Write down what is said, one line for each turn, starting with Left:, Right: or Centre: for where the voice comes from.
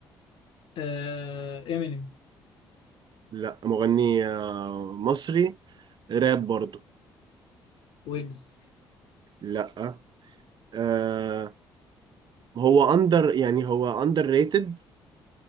Left: آه امينيم
Right: لا مغني آه مصري راب برضو
Left: ويجز
Right: لا آه هو اندر يعني هو اندر ريتد